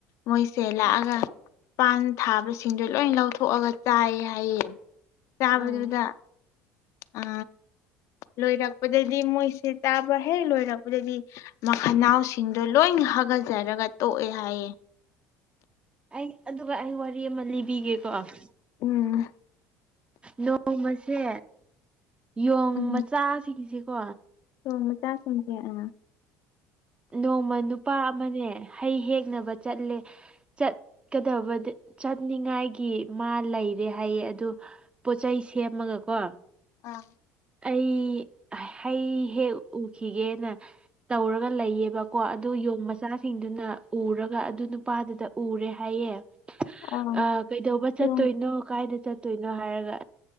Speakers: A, on the left; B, on the right.
A: ꯃꯣꯏꯁꯦ ꯂꯥꯛꯑꯒ
B: ꯍꯣꯏ
A: ꯄꯥꯟ ꯊꯥꯕꯁꯤꯡꯗꯣ ꯂꯣꯏꯟ ꯂꯧꯊꯣꯛꯑꯒ ꯆꯥꯌꯦ ꯍꯥꯏꯌꯦ ꯆꯥꯕꯗꯨꯗ
B: ꯎꯝ
A: ꯑ ꯂꯣꯏꯔꯛꯄꯗꯗꯤ ꯃꯣꯏꯁꯦ ꯆꯥꯕ ꯍꯦꯛ ꯂꯣꯏꯔꯛꯄꯗꯗꯤ ꯃꯈꯅꯥꯎꯁꯤꯡꯗꯣ ꯂꯣꯏꯟ ꯍꯥꯒꯆꯔꯒ ꯇꯣꯛꯑꯦ ꯍꯥꯏꯌꯦ
B: ꯑꯩ ꯑꯗꯨꯒ ꯑꯩ ꯋꯥꯔꯤ ꯑꯃ ꯂꯤꯕꯤꯒꯦꯀꯣ ꯅꯣꯡ
A: ꯎꯝ
B: ꯅꯣꯡꯃꯁꯦ ꯌꯣꯡ
A: ꯎꯝ
B: ꯃꯆꯥꯁꯤꯡꯁꯦꯀꯣ
A: ꯌꯣꯡ ꯃꯆꯥꯥꯁꯤꯡꯁꯦ ꯑꯥ
B: ꯅꯣꯡꯃ ꯅꯨꯄꯥ ꯑꯃꯅꯦ ꯍꯩ ꯍꯦꯛꯅꯕ ꯆꯠꯂꯦ ꯆꯠꯀꯗꯕꯗ ꯆꯠꯅꯤꯡꯉꯥꯏꯒꯤ ꯃꯥ ꯂꯩꯔꯦ ꯍꯥꯏꯌꯦ ꯑꯗꯨ ꯄꯣꯠ ꯆꯩꯩ ꯁꯦꯝꯃꯒ ꯀꯣ
A: ꯑꯥ
B: ꯑꯩ ꯍꯩ ꯍꯦꯛ ꯎꯈꯤꯒꯦꯅ ꯇꯧꯔꯒ ꯂꯩꯌꯦꯕꯀꯣ ꯑꯗꯨ ꯌꯣꯡ ꯃꯆ ꯆꯥꯁꯤꯡꯗꯨꯅ ꯎꯔꯒ ꯑꯗꯨ ꯅꯨꯄꯥꯗꯨꯗ ꯎꯔꯦ ꯍꯥꯏꯌꯦ
A: ꯑꯥ
B: ꯑ ꯀꯩꯗꯧꯕ ꯆꯠꯇꯣꯏꯅꯣ
A: ꯌꯣꯡ
B: ꯀꯥꯏꯗ ꯆꯠ ꯇꯣꯏꯅꯣ ꯍꯥꯏꯔꯒ